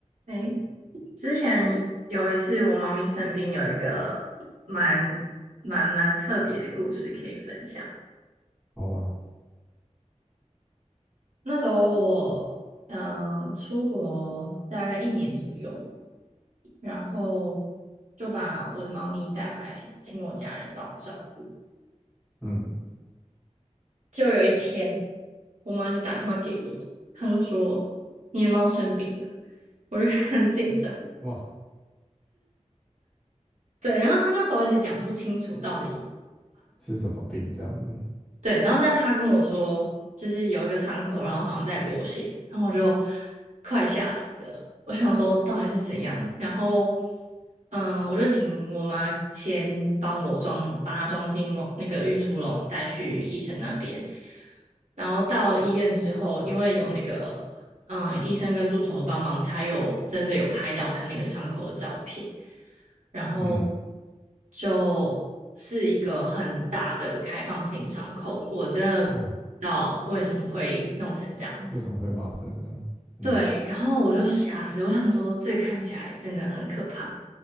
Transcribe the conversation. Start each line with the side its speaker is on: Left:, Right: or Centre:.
Right: 诶，之前有一次我猫咪生病，有一个蛮蛮蛮特别的故事可以分享。
Centre: 好吧，
Right: 那时候我嗯、呃出国大概一年左右，然后就把我的猫咪带回来，请我家人帮我照顾。
Centre: 嗯，
Right: 就有一天，我妈就打电话给我，她就说你的猫生病了，我就 <laughs> 很紧张。
Centre: 哇，
Right: 对，然后她那时候一直讲不清楚到底
Centre: 是什么病这样子？
Right: 对，然后但他跟我说，就是有一个伤口，然后好像在流血，然后我就快吓死了。我想说到底是怎样，然后嗯，我就请我妈先帮我装，把它装进我那个运输笼带去医生那边。然后到医院之后，因为有那个嗯，医生跟助手的帮忙，才有真的有拍到他那个伤口的照片，然后
Centre: 嗯，
Right: 就是一个很大的开放性伤口，我真的不知道为什么会弄成这样子。
Centre: 哇，为什么会发生这样？嗯
Right: 对，然后我就吓死，我想说这看起来真的很可怕。